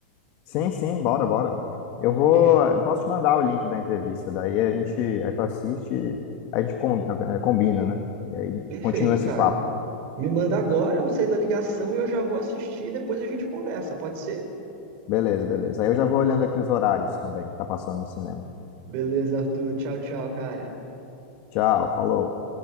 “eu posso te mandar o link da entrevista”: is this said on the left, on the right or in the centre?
Left